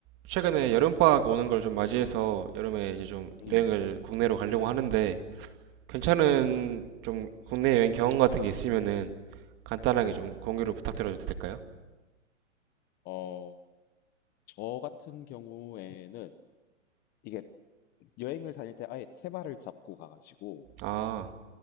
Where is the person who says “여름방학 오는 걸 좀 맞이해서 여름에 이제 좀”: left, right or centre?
Right